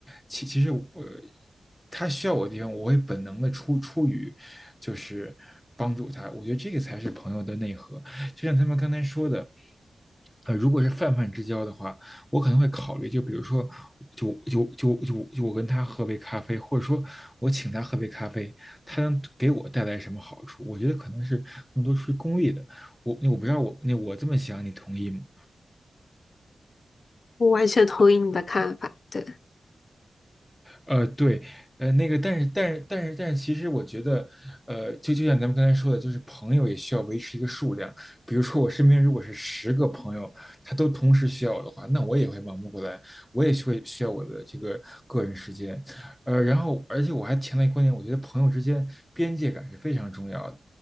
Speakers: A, in the centre; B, on the left.
A: 其其实我他需要我的地方，我会本能的出出于就是帮助他，我觉得这个才是朋友的内核，就像他们刚才说的，呃，如果是泛泛之交的话，我可能会考虑，就比如说，就就就就就我跟他喝杯咖啡，或者说我请他喝杯咖啡，他能给我带来什么好处？我觉得可能是更多出于功利的。我我不知道我那我这么想，你同意吗？
B: 我完全同意你的看法，对。
A: 呃，对，呃，那个，但是，但是，但是，但是，其实我觉得，呃，就就像咱们刚才说的，就是朋友也需要维持一个数量。比如说，我身边如果是十个朋友，他都同时需要我的话，那我也会忙不过来，我也会需要我的这个个人时间。呃，然后，而且我还强调一个观点，我觉得朋友之间边界感是非常重要的。